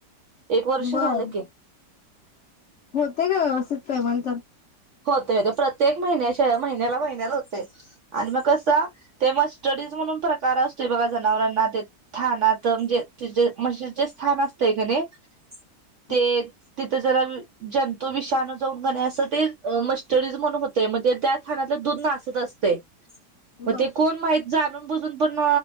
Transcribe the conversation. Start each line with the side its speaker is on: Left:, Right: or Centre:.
Right: एक वर्ष
Left: बर
Right: झालं की
Left: होते का व्यवस्थित पमल तर
Right: होते होते प्रत्येक महिन्याच्या महिन्याला महिन्यात होते आणि मग कसं ते म्हा स्टडीज म्हणून प्रकार असतो बघा जनावरांना ते स्थानात म्हणजे ते म्हण जे स्थान असतंय का नाही
Left: <inaudible>
Right: ते तिथं जरा जंतू विषाणू जाऊन गणे असं ते मस्टर्डीज म्हणून त्यााण्यात दत असते
Left: बर
Right: मण मा जाणून बजून पण.